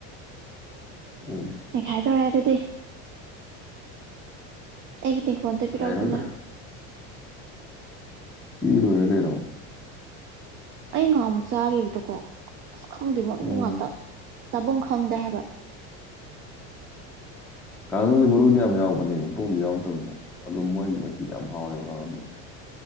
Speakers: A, in the centre; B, on the right.
A: ꯑꯗꯨꯅꯤ
B: ꯃꯦ ꯈꯥꯏ ꯇꯔꯦꯗꯦꯗꯤ ꯑꯩꯒꯤ ꯇꯦꯡꯈꯣꯣꯟꯗ ꯄꯔꯛꯎꯗꯅ
A: ꯍꯥꯏꯔꯣꯏꯗ ꯏ ꯑꯣꯏꯔ ꯀꯩꯅꯣ
B: ꯑꯩ ꯉꯥꯏꯍꯥꯛꯃꯨꯛ ꯆꯥꯈꯤꯕꯗꯣꯀꯣ ꯑꯁ ꯈꯪꯗꯦ ꯃꯔꯨ
A: ꯎꯝ
B: ꯉꯥꯛꯇ ꯆꯕꯨꯡ ꯈꯪꯗꯦ ꯍꯕ
A: ꯀꯥꯡꯅꯨꯁꯦ ꯃꯔꯨꯗꯤ ꯌꯥꯝ ꯌꯥꯎꯕꯅꯦ ꯃꯣꯡꯗꯤ ꯌꯥꯎꯗꯕꯅꯦ ꯑꯗꯨꯝ ꯃꯣꯏ ꯃꯩꯤꯗꯤ ꯌꯥꯝ ꯍꯥꯎꯋꯦꯕ ꯀꯥꯡꯅꯨꯁꯦ